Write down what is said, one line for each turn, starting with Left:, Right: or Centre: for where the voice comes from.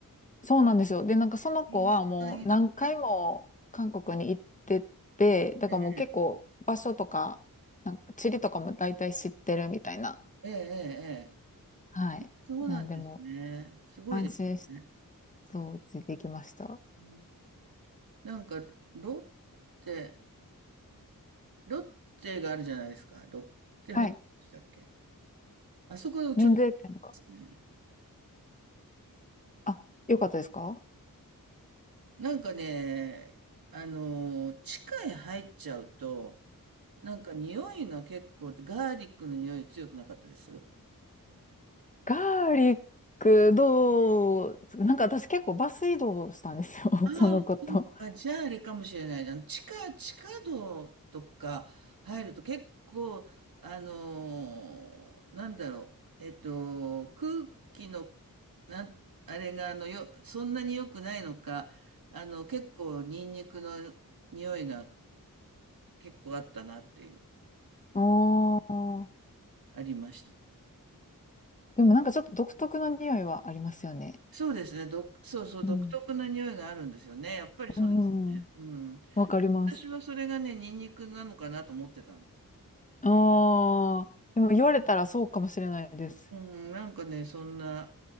Left: そうなんですよ。で、なんかその子はもう何回も韓国に行ってて、
Right: いやいいです
Left: だからもう結構場所とか、
Right: ね。
Left: なんか地理とかも大体知ってるみたいな。
Right: ええ、ええ、ええ。
Left: はい。
Right: そうなんですね。
Left: なんでも
Right: すごいですね。
Left: 安心して、そう、ついていきました。
Right: うんなんか、ロッテ、ロッテがあるじゃないですか。ロッテホテルでしたっけ
Left: はい。
Right: あそこちょっとですね。
Left: 免税店とか。あ、よかったですか
Right: なんかね、あの、地下へ入っちゃうと、なんか匂いが結構、ガーリックの匂い強くなかったです。
Left: ガーリックどう、なんか私結構バス移動したんですよ、
Right: ああ、
Left: <laughs> そのこと。
Right: そうか、じゃああれかもしれないな。地下、地下道とか入ると結構、あのーなんだろう、えっと、空気の、なん、あれが、あの、よ、そんなに良くないのか、あの、結構、ニンニクの匂いが結構あったなっていう、
Left: ああー。
Right: ありました。
Left: でもなんかちょっと独特な匂いはありますよね。
Right: そうですね、ど、そうそう、
Left: うん
Right: 独特な匂いがあるんですよね。やっぱりそうですよね。
Left: うん。
Right: うん。
Left: わかります。
Right: 私はそれがね、ニンニクなのかなと思ってたの。
Left: ああ。でも言われたらそうかもしれないです。
Right: うん、なんかね、そんな